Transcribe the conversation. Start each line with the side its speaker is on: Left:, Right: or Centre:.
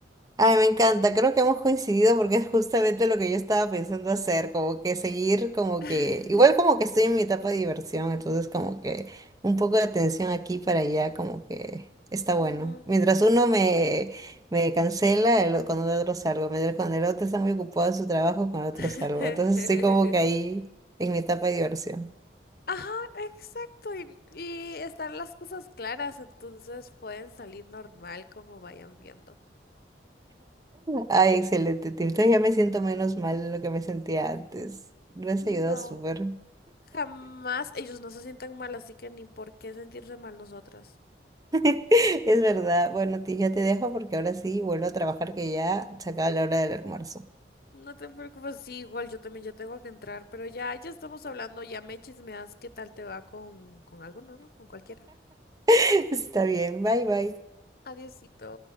Right: Ay, me encanta, creo que hemos coincidido porque es justamente lo que yo estaba pensando hacer, como que seguir, como
Left: <laughs>
Right: que, igual como que estoy en mi etapa de diversión, entonces como que un poco de atención aquí para allá, como que está bueno.
Left: Ujú.
Right: Mientras uno me, me cancela, el, o- con el otro salgo, mientras con el otro está muy ocupado en su trabajo, con el otro
Left: <laughs>
Right: salgo, entonces estoy como que ahí en mi etapa de diversión.
Left: Ajá, exacto. Y, y están las cosas claras, entonces pueden salir normal como vayan viendo.
Right: Ay, excelente, Tito, ya me siento menos mal de lo que me sentía antes, me has
Left: No,
Right: ayudado súper.
Left: jamás ellos no se sientan mal, así que ni por qué sentirse mal nosotras.
Right: <laughs> Es verdad. Bueno, ti ya te dejo porque ahora sí vuelvo a trabajar que ya se acaba la hora del almuerzo.
Left: No te preocupes, sí, igual yo también ya tengo que entrar, pero ya, ya estamos hablando, ya me chismeas qué tal te va con, con alguno, ¿no? Con cualquiera.
Right: <laughs> Está bien. Bye, bye.
Left: Adiosito.